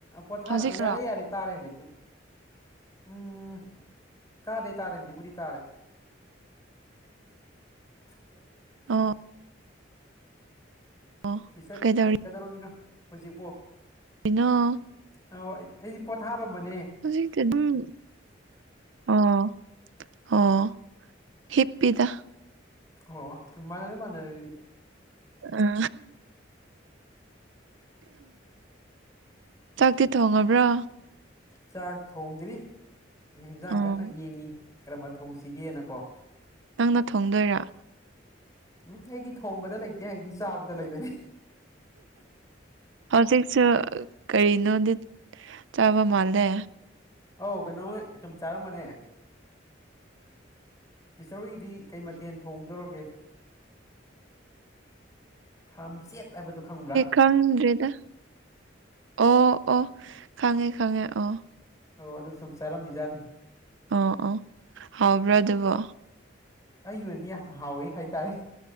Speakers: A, on the left (about 20°); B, on the right (about 80°).
A: ꯄꯣꯊꯥꯔꯛꯑꯣ
B: ꯍꯧꯖꯤꯛꯔꯣ
A: ꯌꯥꯔꯦ ꯌꯥꯔꯦ ꯇꯥꯔꯦ ꯍꯧꯖꯤꯛꯄꯨꯗꯤ ꯎꯝ ꯇꯥꯗꯦ ꯇꯥꯔꯦ ꯍꯧꯖꯤꯒꯨꯗꯤ ꯇꯥꯔꯦ <inaudible>
B: ꯑꯣ ꯑꯣ
A: ꯁꯤ ꯁꯦ
B: ꯀꯩꯗꯧꯔꯤꯅꯣ
A: ꯀꯩꯗꯧꯔꯝꯃꯤꯅꯣ ꯍꯧꯖꯤꯛꯄꯣ
B: ꯀꯤꯅꫭ
A: ꯑꯣ ꯑꯩꯗꯤ ꯄꯊꯥꯔꯝꯕꯅꯤ
B: <unintelligible> ꯑꯣ ꯑꯣ ꯍꯤꯞꯄꯗ
A: ꯑꯣ ꯃꯥꯥꯟꯅꯔꯦ ꯃꯥꯟꯅꯔꯦ ꯑꯗꯨꯗꯤ
B: ꯑꯣ ꯆꯥꯛꯇꯤ ꯊꯣꯡꯉꯕ꯭ꯔꯥ
A: ꯆꯥꯛ ꯊꯣꯡꯗ꯭ꯔꯤ ꯏꯟꯖꯥꯡ
B: ꯑꯣ
A: ꯀꯟꯅ ꯌꯦꯡꯉꯤ ꯀꯔꯝꯕ ꯊꯣꯡꯁꯤꯒꯦꯅꯀꯣ
B: ꯅꯪꯅ ꯊꯣꯡꯗꯣꯏꯔꯥ
A: ꯎꯝ ꯑꯩꯗꯤ ꯊꯣꯡꯕꯗ ꯂꯩꯇꯦ ꯑꯩꯗꯤ ꯆꯥꯕꯗ ꯂꯩꯕꯅꯤ
B: ꯍꯧꯖꯤꯛꯁꯨ ꯀꯔꯤꯅꯣꯗꯤ ꯆꯥꯕ ꯃꯥꯜꯂꯦ
A: ꯑꯧ ꯀꯩꯅꯣꯃ ꯁꯨꯝ ꯆꯥꯔꯝꯕꯅꯦ ꯁꯤꯁꯇꯔ ꯍꯣꯏꯒꯤꯗꯤ ꯀꯩ ꯃꯊꯦꯜ ꯊꯣꯡꯗꯧꯔꯒꯦ ꯊꯥꯝꯆꯦꯠ ꯍꯥꯏꯕꯗꯨꯣ ꯈꯪꯕ꯭ꯔꯥ
B: ꯈꯪꯗ꯭ꯔꯤꯗ ꯑꯣ ꯑꯣ ꯈꯪꯉꯦ ꯈꯪꯉꯦ ꯑꯣ
A: ꯑꯣ ꯑꯗꯨ ꯁꯨꯝ ꯆꯥꯔꯝꯃꯤꯖꯥꯅꯤ
B: ꯑꯣ ꯑꯣ ꯍꯥꯎꯕ꯭ꯔꯥ ꯑꯗꯨꯕꯣ
A: ꯑꯩꯒꯤ ꯑꯣꯏꯅꯗꯤ ꯌꯥꯝ ꯍꯥꯎꯋꯤ ꯍꯥꯏꯇꯥꯔꯦ